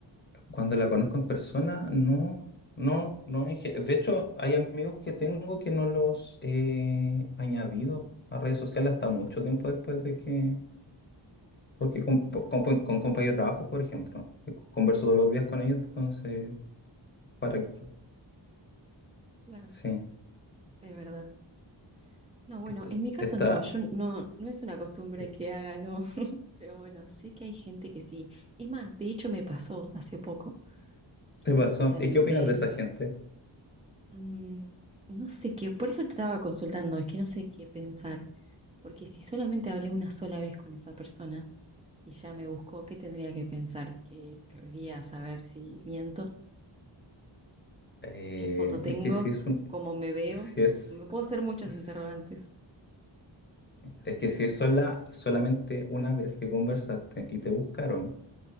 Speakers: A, on the left (about 25°); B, on the right (about 15°).
A: Cuando la conozco en persona, no, no, no. en ge- De hecho, hay amigos que tengo que no los he añadido a redes sociales hasta mucho tiempo después de que Porque con, po- con, con compañeros de trabajo, por ejemplo, eh, converso todos los días con ellos, entonces, ¿para qué?
B: Claro.
A: Sí,
B: Es verdad. No, bueno,
A: este,
B: en mi caso
A: esta,
B: no, yo no, no es una costumbre
A: este
B: que haga, no. <laughs> Pero bueno, sé que hay gente que sí. Es más, de hecho me pasó hace poco que
A: pasó.
B: justamente,
A: ¿Y qué opinas de esa gente?
B: mm, no sé qué, por eso te estaba consultando, es que no sé qué pensar. Porque si solamente hablé una sola vez con esa persona, y ya me buscó qué tendría que pensar, qué querría saber si miento,
A: Eh,
B: qué foto tengo,
A: es que si es un,
B: cómo me veo.
A: si es,
B: Me puedo hacer muchos
A: es
B: interrogantes.
A: es que si es sola, solamente una vez que conversaste y te buscaron,